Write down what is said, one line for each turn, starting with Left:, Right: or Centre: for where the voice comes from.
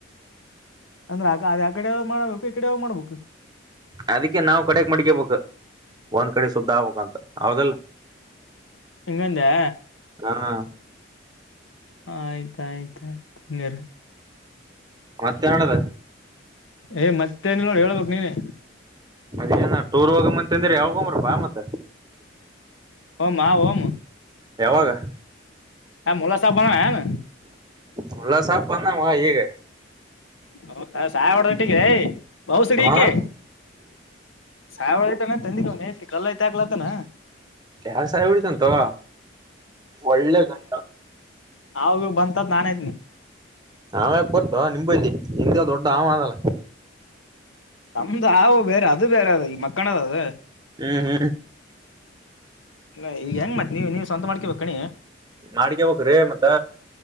Left: ಅಂದ್ರ ಅ ಅದ ಅಕಡೆ ಯಾವಾಗ ಮಾಡಬೇಕು ಈ ಕಡೆ ಯಾವಾಗ ಮಾಡ್ಬೇಕ.
Right: ಅದಕ್ಕೆ ನಾವು ಕಡೆಕ ಮಡಿಗೇಬೇಕು ಒಂದ್ ಕಡೆ ಸುದ್ದ ಆಗ್ಬೇಕಕ್ಂತ ಹೌದಲ್ಲ.
Left: ಹಿಂಗಂದ್ಯಾ.
Right: ಹಾ
Left: ಆಯ್ತ ಆಯ್ತ ಆಯ್ತ ಹಂಗೇರ
Right: ಮತ್ತೆ ನಡದ.
Left: ಏ ಮತ್ತೇನ ನೋಡ ಹೇಳ್ಬೇಕ್ ನೀನೆ.
Right: ಅದೇನ ಟೂರ್ ಹೋಗಮ್ಮ ಅಂತಂದ್ರ ಯಾವಾಗ ಗೊಗೋರ ಬಾ ಮತ್ತ.
Left: ಹೊಮಾ ಹೋಮ್.
Right: ಯಾವಾಗ.
Left: ಹಾ ಮೊಲಾ ಸಾಬ ಬಂದಾ ಏನ.
Right: ಮುಲ್ಲಾ ಸಾಬ್ ಬಂದಾನ ಬಾ ಇಗ.
Left: ಹೌದಾ ಸಾಯಿಹೋದಡಿಟ್ಟಿಲೇ ಬೌಸಡಿಕ್ಕೆ.
Right: ಹ
Left: ಸಾವಿಹೊಡಿತಾನ ತಂದಿನವನ ಐತಿ ಕಲ್ಲಾ ಐತ ಆಗ್ಕ್ಲತ್ತತನ.
Right: ಯಾರ ಸಾಯಿಹೊಡೀತಾನಾತೋ ಒಳ್ಳೆ ಘಟ್ಟಾ.
Left: ಹಾವು ಗಿವು ಬಂತಂದ ನಾನೆ ಇದೀನಿ.
Right: ಹಾವ್ಯಾಕ ಬರ್ತ ನಿಮಂಬಲ್ಲಿ ನಿಮ್ದ ದೊಡ್ಡ ಹಾವ ಅದಲ್ಲ.
Left: ನಮ್ದು ಹಾವು ಬೇರೆ ಅದು ಬೇರೆ ಅದ ಈ ಮಕ್ಕನದ ಅದ.
Right: ಹು ಹು
Left: ಇನ್ನು ಈಗ ಹೆಂಗ ಮತ್ತ ನೀವ ನೀವ್ವಂತ ಮಾಡ್ಕೇಬೇಕ ಕಣಿ.
Right: ಮಾಡ್ಕೊಬೇಕರಿ ಮತ್ತ.